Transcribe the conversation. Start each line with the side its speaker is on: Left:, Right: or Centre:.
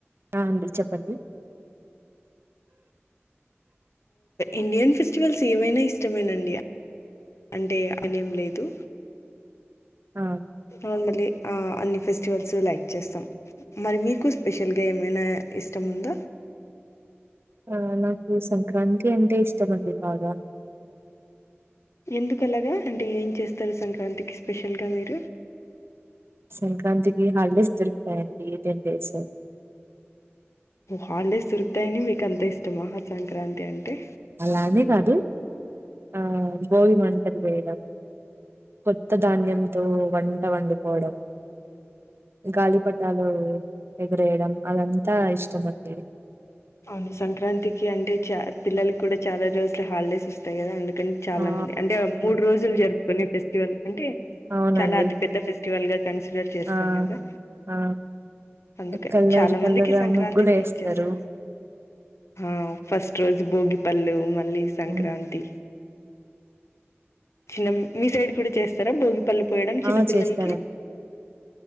Right: ఆ అండి చెప్పండి
Left: ఇండియన్ ఫెస్టివల్స్ ఏవైనా ఇష్టమేనండి అంటే అనేం లేదు
Right: ఆ
Left: నార్మలీ ఆ అన్ని ఫెస్టివల్స్ లైక్ చేస్తాం మరి మీకు స్పెషల్గా ఏమైనా ఇష్టముందా
Right: ఆ నాకు సంక్రాంతి అంటే ఇష్టం అండి బాగా
Left: ఎందుకు అలాగా అంటే ఏం చేస్తారు సంక్రాంతికి స్పెషల్గా మీరు
Right: సంక్రాంతికి హాలిడేస్ దొరుకుతాయి అండి టెన్ డేస్
Left: ఓ హాలీడేస్ దొరుకుతాయిని మీకు అంత ఇష్టం సంక్రాంతి అంటే
Right: అలానీ కాదు ఆ భోగి మంటలు వేయడం కొత్త ధాన్యంతో వంట వండుకోవడం గాలిపటాలు ఎగరేయడం అదంతా ఇష్టం అండి
Left: అవును సంక్రాంతికి అంటే చ పిల్లకి కూడా చాలా రోజుల హాలిడేస్ వస్తాయి కదా అందు చాలా
Right: ఆ
Left: మంది అంటే మూడు రోజులు జరుపు కొన్ని ఫెస్టివల్ అంటే
Right: అవునండి
Left: చాలా అతిపెద్ద ఫస్ టువల్ కన్సిడర్ చేస్తాం
Right: ఆ
Left: కదా
Right: ఆ
Left: అందుకని
Right: కలర్
Left: చాలా
Right: కలర్
Left: మందికి సంక్రాంతి
Right: ముగ్గులు
Left: లైక్
Right: వేస్తారు
Left: చేస్తారు ఆ ఫస్ట్ రోజు భోగిపళ్ళు మళ్ళీ సంక్రాంతి
Right: ఉమ్,
Left: చిన్న మీ సైడ్ కూడా చేస్తారా భోగి పళ్ళుపోయడం చిన్న
Right: ఆ
Left: పిల్లలకి
Right: చేస్తారండి